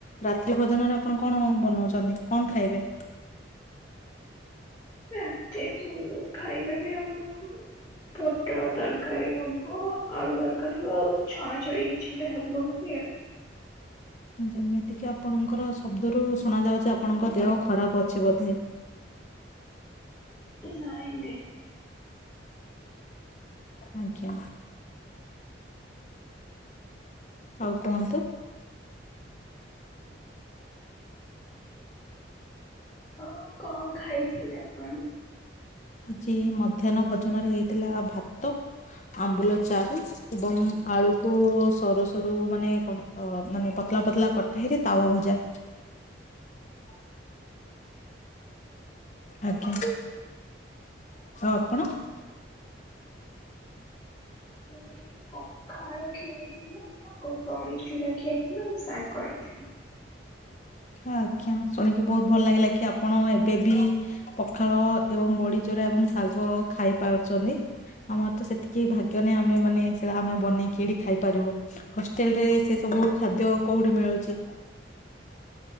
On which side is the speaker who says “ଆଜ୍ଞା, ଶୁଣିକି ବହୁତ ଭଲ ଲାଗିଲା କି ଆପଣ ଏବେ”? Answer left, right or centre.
Left